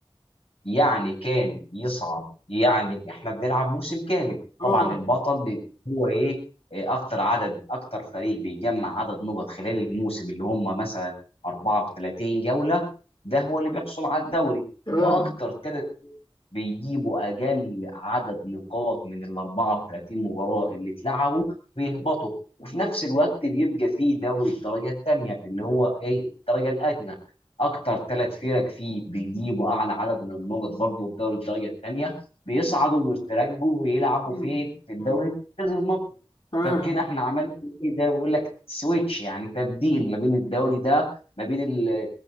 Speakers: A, on the left; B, on the left.
A: يعني كان يصعد يعني احنا بنلعب موسم كامل
B: اه
A: طبعا البطل بي- هو ايه إيه اكتر عدد اكتر فريق بيجمع عدد نقط خلال الموسم اللي هم مثلا 34 جولة ده هو اللي بيحصل على الدوري
B: تمام
A: واكتر ثلاث بيجيبوا اقل عدد نقاط من ال 34 مباراه اللي اتلعبوا بيهبطوا وفي نفس الوقت بيبقى فيه دوري الدرجه الثانيه اللي هو ايه الدرجه الادنى اكتر ثلاث فرق فيه بيجيبوا اعلى عدد من النقط برضه في دوري الدرجه الثانيه بيصعدوا ويترجوا ويلعبوا
B: مم.
A: في في الدوري
B: مم.
A: المركز المصري
B: تمام
A: فكده احنا عملنا ايه ده بقول لك سويتش يعني تبديل ما بين الدوري ده ما بين